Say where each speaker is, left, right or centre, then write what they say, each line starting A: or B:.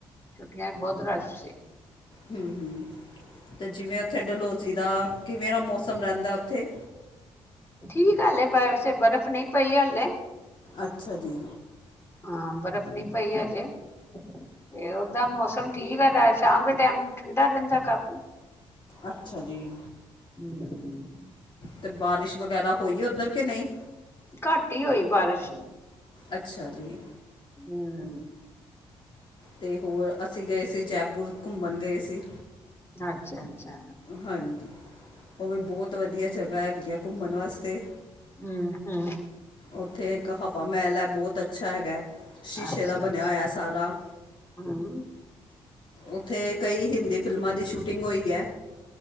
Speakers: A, on the left; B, on the left.
A: ਛੁੱਟੀਆਂ ਵੀ ਬੋਤ ਰੱਸ਼ ਸੀ।
B: ਹੂੰ-ਹੂੰ ਤੇ ਜਿਵੇਂ ਓਥੇ ਡਲੌਜ਼ੀ ਦਾ ਕਿਵੇਂ ਦਾ ਮੌਸਮ ਰੈਂਦਾ ਓਥੇ?
A: ਠੀਕ ਆ ਹਾਲੇ ਵੈਸੇ ਬਰਫ ਨਈਂ ਪਈ ਹਾਲੇ।
B: ਅੱਛਾ ਜੀ।
A: ਹਾਂ ਬਰਫ ਨੀ ਪਈ ਅਜੇ। ਤੇ ਓਦਾ ਮੌਸਮ ਠੀਕ ਆ ਰਾਜ ਸ਼ਾਮ ਦੇ ਟੈਮ ਠੰਡਾ ਰੈਂਦਾ ਕਾਫੀ।
B: ਅੱਛਾ ਜੀ।
A: ਹੂੰ।
B: ਤੇ ਬਾਰਿਸ਼ ਵਗੈਰਾ ਹੋਈ ਓਦਰ ਕਿ ਨਈਂ?
A: ਘੱਟ ਈ ਹੋਈ ਬਾਰਿਸ਼।
B: ਅੱਛਾ ਜੀ।
A: ਹੂੰ।
B: ਤੇ ਹੋਰ ਅਸੀਂ ਗਏ ਸੀ ਜੈਪੁਰ ਘੁੰਮਨ ਗਏ ਸੀ।
A: ਅੱਛਾ-ਅੱਛਾ
B: ਹਾਂਜੀ, ਓ ਵੀ ਬੋਹਤ ਵਦੀਆ ਜਗਾ ਹੈਗੀ ਆ ਘੁੰਮਨ ਵਾਸਤੇ।
A: ਹੂੰ-ਹੂੰ।
B: ਓਥੇ ਇੱਕ ਹਵਾ ਮਹਿਲ ਐ ਬੋਤ ਅੱਛਾ ਹੈਗਾ ਐ। ਸ਼ੀਸ਼ੇ
A: ਅੱਛਾ
B: ਦਾ ਬਨੇਆ
A: ਅੱਛਾ
B: ਹੋਏਆ ਸਾਰਾ।
A: ਹਮ
B: ਓਥੇ ਕਈ ਹਿੰਦੀ ਫਿਲਮਾਂ ਦੀ ਸ਼ੂਟਿੰਗ ਹੋਈ ਐ।